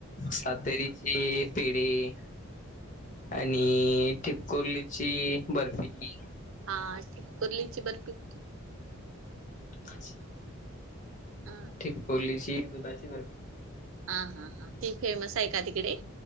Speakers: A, on the left; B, on the right.
A: सातेरीची पेढी आणि ठिपकुर्लीची बर्फि
B: हा. ठिप्कुर्लीची बर्फी
A: <unintelligible>
B: हा
A: ठिपकोलीची दुधाची बर्फी
B: हा हा हां ती फेमस आहे का तिकडे?